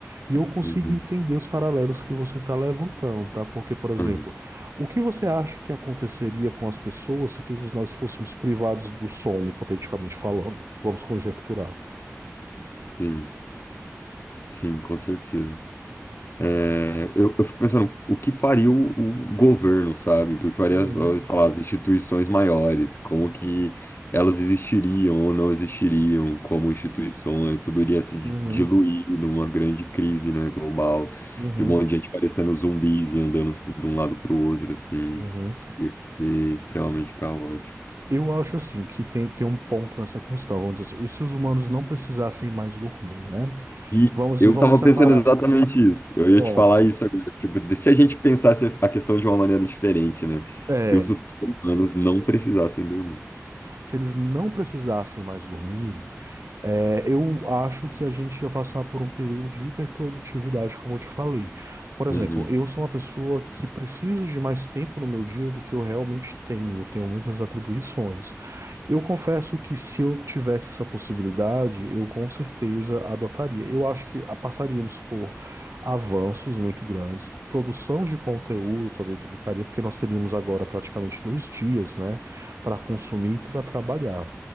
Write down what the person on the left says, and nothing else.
Uhum.
Uhum.
Sim, sim, com certeza. É, eu, eu fico pensando o que faria o, o governo, sabe? O que faria,
as- as, sei lá, as instituições maiores, como que elas existiriam ou não existiriam como instituições, tudo iria se di-
diluir numa grande crise, né, global,
de um monte de gente parecendo zumbis e andando de um lado para o outro, assim,
ia ser extremamente caótico.
E
eu
estava
pensando exatamente isso. Eu ia
te falar isso agora. Tipo, de- se a gente pensasse a questão de uma maneira diferente, né?
Se os humanos não precisassem dormir.
Uhum.